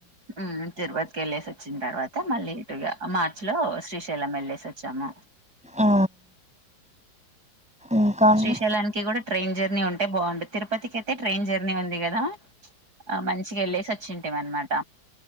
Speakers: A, on the right; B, in the centre.
A: ఉమ్ తిరుపతి కి వెళ్ళేసి వచ్చిన తర్వాత మళ్ళీ ఇటుగా మార్చి లో శ్రీశైలం వెళ్ళేసి వచ్చి ము
B: ఆ ఇంకా అండి
A: శ్రీశైలానికి కూడా ట్రై న్ ఉండి ఉంటే బాగున్ను తిరుపతికి అయితే ట్రైన్ జర్నీ ఉంది కదా ఆ మంచిగా వెళ్ళేసి వచ్చింటేమ అన్నమాట